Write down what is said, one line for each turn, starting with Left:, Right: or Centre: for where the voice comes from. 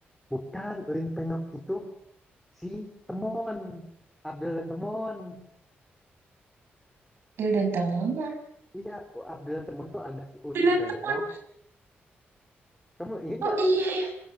Centre: bukan Lin Penyok itu si Temon. Abdel dan Temon.
Right: Dil dan Telma
Centre: Iya, Abdel dan Temon tuh ada si Udin
Right: dengan
Centre: Penyok.
Right: temen
Centre: Kamu ingat
Right: oh
Centre: nggak
Right: iya ya.